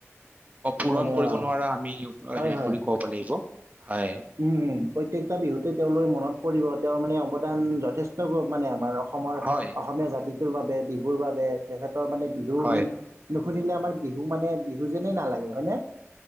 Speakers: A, on the right (about 30°); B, on the right (about 80°).
A: পূৰণ
B: মানে
A: কৰিব
B: অঁ
A: নোৱাৰা আমি হেৰি
B: হয় হয়
A: বুলি কব লাগিব। হয়
B: উম উম প্ৰত্যেকটা বিহুতে তেওঁ লোকৰ মনত পৰিব তেওঁ মানে অৱদান যথেষ্ট মানে আমাৰ অসমৰ
A: হয়,
B: অসমীয়া জাতি বাবে বিহুৰ বাবে তেখেতৰ মানে বিহু
A: হয়,
B: গীত সুধিলে আমাৰ বিহু মানে বিহু যেনেই নালাগে হয় নে